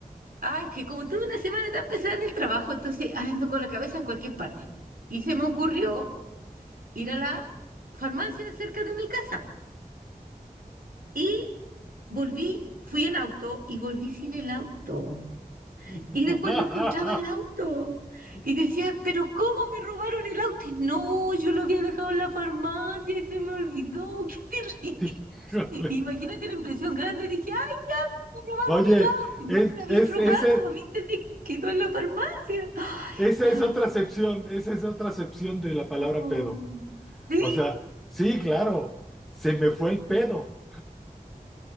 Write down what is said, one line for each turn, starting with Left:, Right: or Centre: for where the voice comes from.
Right: ay, que como tuve una semana tan pesada en el trabajo, entonces ay, ando con la cabeza en cualquier parte. Y se me ocurrió ir a la farmacia cerca de mi casa. Y Volví, fui en auto y volví sin el auto. Y
Centre: <laughs>
Right: después no encontraba el auto. Y decía, pero ¿cómo me robaron el auto? Y no, yo lo había dejado en la farmacia y se me olvidó. ¡Qué terrible!
Centre: Híjole.
Right: <laughs> Imagínate la impresión grande. Dije, ¡ay, ya! Me robaron
Centre: Oye,
Right: el auto. Y No
Centre: es,
Right: me lo habían
Centre: es,
Right: robado.
Centre: ese,
Right: A mí se me quedó en la farmacia. ¡Ay,
Centre: esa
Right: ay!
Centre: es otra acepción, esa es otra acepción de la palabra
Right: oh.
Centre: pedo.
Right: ¿Sí?
Centre: O sea, sí, claro, se me fue el pedo.